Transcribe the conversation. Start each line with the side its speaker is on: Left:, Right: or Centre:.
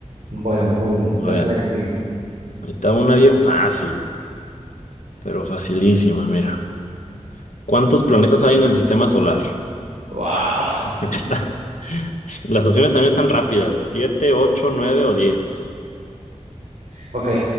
Right: Bueno, muy bien.
Left: A
Right: Entonces
Left: ver,
Right: hay que seguirle.
Left: ahí está una bien fácil, pero facilísima, mira. ¿Cuántos planetas hay en el sistema solar?
Right: Wow.
Left: <laughs> Las opciones también están rápidas, siete, ocho, nueve o diez.
Right: Ok.